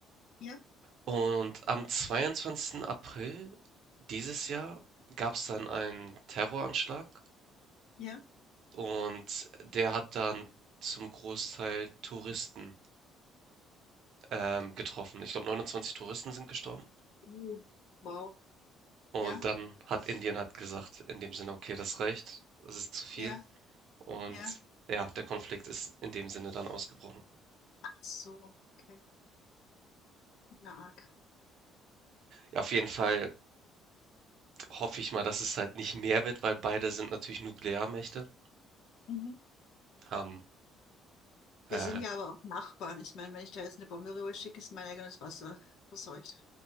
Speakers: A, on the left; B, on the right.
A: Ja,
B: Und am 22. April dieses Jahr gab es dann einen Terroranschlag
A: ja.
B: Und der hat dann zum Großteil Touristen ähm, getroffen. Ich glaube, 29 Touristen sind gestorben.
A: Uh, wow.
B: Und
A: Ja,
B: dann hat Indien hat gesagt, in dem Sinne, okay, das reicht, das ist zu viel.
A: ja,
B: Und
A: ja.
B: ja, der Konflikt ist in dem Sinne dann ausgebrochen.
A: Ach so, okay. Na arg.
B: Ja, auf jeden Fall hoffe ich mal, dass es halt nicht mehr wird, weil beide sind natürlich Nuklearmächte,
A: Mhm.
B: haben äh,
A: Wir sind ja aber auch Nachbarn. Ich meine, wenn ich da jetzt eine Bombe rüber schicke, ist mein eigenes Wasser verseucht.